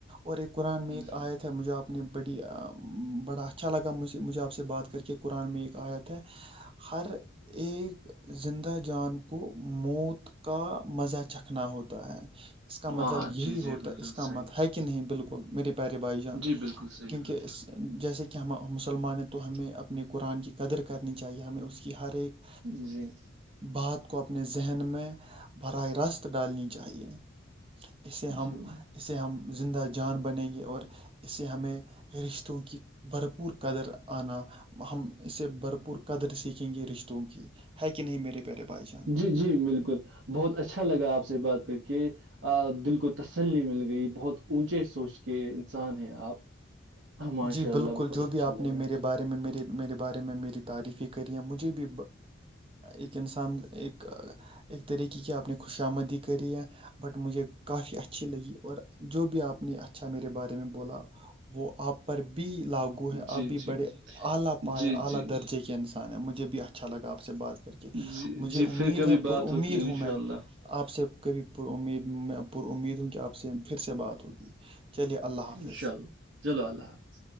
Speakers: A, on the right (about 25°); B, on the right (about 65°).
A: اور ایک قرآن میں
B: جی
A: ایک آیت مجھے آپ نے بڑی بڑا اچھا لگا مجھے آپ سے بات کر کے قرآن میں ایک آیات ہے ہر ایک زندہ جان کو موت کا مزہ چکھنا ہوتا ہے اس کا مطلب
B: ہاں
A: یہی
B: جی جی
A: ہوتا
B: بالکل
A: ہے اس کا
B: صحیح
A: مت ہے کین بالکل میرے پیارے بائی جان
B: جی بالکل صحیح
A: کیونکہ
B: فرما
A: جیسے کہ ہم مسلمان ہیں تو ہمیں اپ اپنے قرآن کی قدر کرنی چاہیے ہمیں اس کی ہر ایک
B: جی
A: بات کو اپنے ذہن میں براہ راست ڈالنی چاہیے اسے
B: جی
A: ہم اسے ہم زندہ جان بنیں گے اور اس سے ہمیں رشتوں کی بھرپور قدر آنا ہم اس سے بھرپور قدر سیکھیں گے رشتوں کی ہے کہ نہیں میرے پیارے بھائی جان
B: جی جی بالکل بہت اچھا لگا آپ سے بات کر کے دل کو تسلی مل گئی بہت اونچے سوچ کے انسان ہیں آپ ماشاء
A: جی بالکل
B: اللہ بہت
A: جو
B: اچھا
A: بھی آپ
B: لگا
A: نے میرے بارے میں میرے میرے بارے میں میری تعریفی کری ہے مجھے بھی ایک انسان ایک ایک طریقے کی اپنی خوشامدی کرے بٹ مجھے کافی اچھی لگی اور جو بھی آپ نے اچھا میرے بارے میں بولا وہ آپ پر بھی لاگو ہے
B: جی
A: اب بھی
B: جی
A: بڑے اعلی پاائے
B: جی
A: اعلی
B: جی
A: درجے کے انسان مجھے بھی اچھا لگا آپ سے بات کر کے
B: جی
A: مجھے
B: جی
A: امید
B: پھر کبھی
A: ہے پر
B: بات
A: امید
B: ہوگی انشاءاللہ
A: ہوں میں آپ سے کبھی پر امید میں پر امید ہوں کہ آپ سے پھر سے بات ہوگی چلیے اللہ حافظ
B: انشاء اللہ چلو اللہ حافظ